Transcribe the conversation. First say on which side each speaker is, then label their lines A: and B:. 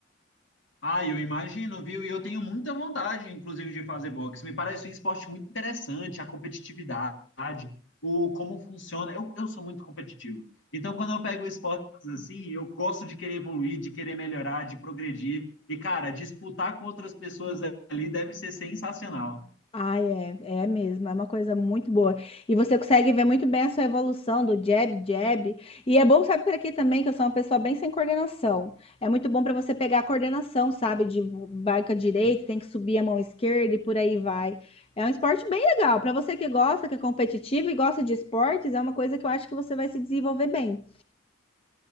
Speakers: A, on the left; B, on the left.
A: Ah, eu imagino, viu? E eu tenho muita vontade, inclusive, de fazer boxe. Me parece um esporte muito interessante, a competitividade, o como funciona. Eu, eu sou muito competitivo. Então, quando eu pego esportes assim, eu gosto de querer evoluir, de querer melhorar, de progredir. E, cara, disputar com outras pessoas ali deve ser sensacional.
B: Ah, é, é mesmo, é uma coisa muito boa. E você consegue ver muito bem a sua evolução do jab, jab. E é bom, sabe, por aqui também, que eu sou uma pessoa bem sem coordenação. É muito bom para você pegar a coordenação, sabe, de vai com a direita, tem que subir a mão esquerda e por aí vai. É um esporte bem legal. Para você que gosta, que é competitivo e gosta de esportes, é uma coisa que eu acho que você vai se desenvolver bem.